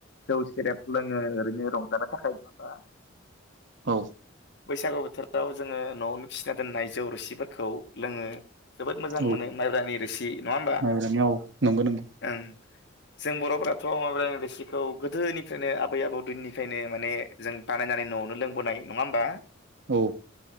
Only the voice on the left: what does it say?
जौ सेरेब लोङो ओरैनो रंजानो थाखाय होनङा
बैसागु बोथोराव जोङो न'आवनो फिसिना दोननाय जौ रोसि फोरखौ लोङो जोबोद मोजां
मोनो माइब्रानि रोसि नङा होमबा
ओं जों बर'फोराथ' मायब्रानि रोसिखौ गोदोनिफ्रायनो आबै आबौ दिननिफ्रायनो माने जों बानायनानै न'आवनो लोंबोनाय नङा होम बा